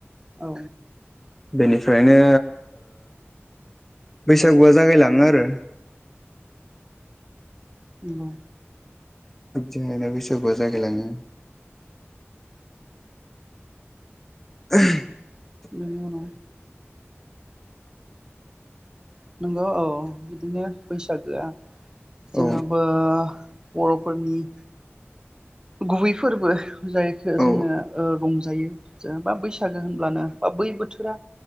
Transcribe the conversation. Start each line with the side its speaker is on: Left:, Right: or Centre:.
Right: औ
Centre: बेनिफ्रायनो बैसागुआ जागायलाङो आरो
Right: नंगौ
Centre: जाहायनो बैसागुआ जागायलाङो <inaudible>
Right: बेनि उनाव नोंगौ औ बिदिनो बैसाग गोया जोंहाबो
Centre: औ
Right: बर'फोरनि गुबै फोरबो ु जायखौ
Centre: औ
Right: जोङो रंजायो जेन बा बैसागो होनब्लानो बा बै बोथोरा